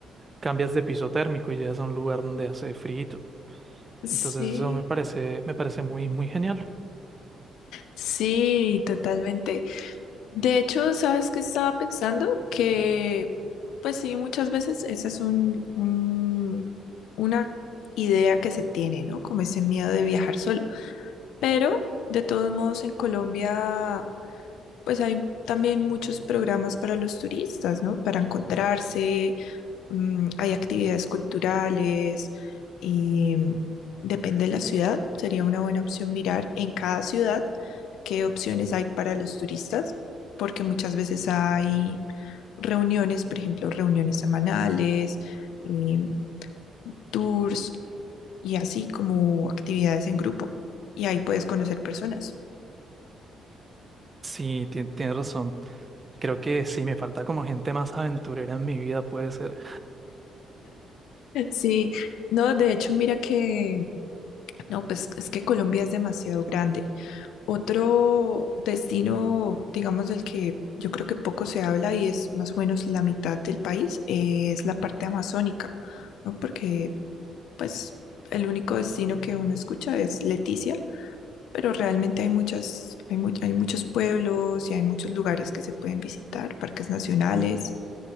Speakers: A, on the right; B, on the left.
A: cambias de piso térmico y llegas a un lugar donde hace frío.
B: Sí,
A: Entonces eso me parece, me parece muy, muy genial.
B: sí, totalmente. De hecho, ¿sabes qué estaba pensando? Que, pues sí, muchas veces esa es un, un- una idea que se tiene, ¿no? Como ese miedo de viajar solo. Pero, de todos modos, en Colombia Pues hay también muchos programas para los turistas, ¿no? Para encontrarse, mm, hay actividades culturales y mm, depende de la ciudad, sería una buena opción mirar en cada ciudad qué opciones hay para los turistas, porque muchas veces hay reuniones, por ejemplo, reuniones semanales, eh, tours y así como actividades en grupo, y ahí puedes conocer personas.
A: Sí, ti- tienes razón. Creo que sí, me falta como gente más aventurera en mi vida, puede ser.
B: Sí, no, de hecho, mira que No, pues es que Colombia es demasiado grande. Otro destino, digamos, del que yo creo que poco se habla y es más o menos la mitad del país, eh, es la parte amazónica, ¿no? Porque, pues, el único destino que uno escucha es Leticia, pero realmente hay muchas, hay mu- hay muchos pueblos y hay muchos lugares que se pueden visitar, parques nacionales